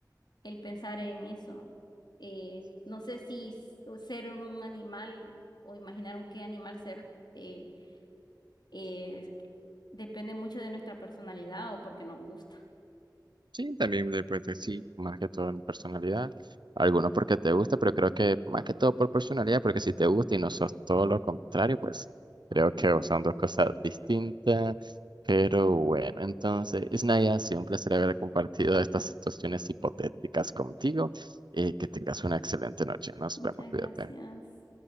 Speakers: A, on the left (about 70°); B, on the right (about 80°).
A: el pensar en eso. Eh, no sé si s- o ser un animal o imaginar un qué animal ser eh, eh, es que depende mucho de nuestra personalidad o porque nos gusta.
B: Sí, también de pues, sí, más que todo en personalidad. Algunos porque te gusta, pero creo que más que todo por personalidad, porque si te gusta y no sos todo lo contrario, pues creo que son dos cosas distintas. Pero bueno, entonces, Isnaya, ha sido un placer haber compartido estas situaciones hipotéticas contigo y que tengas una excelente noche. Nos
A: Muchas
B: vemos, cuídate.
A: gracias.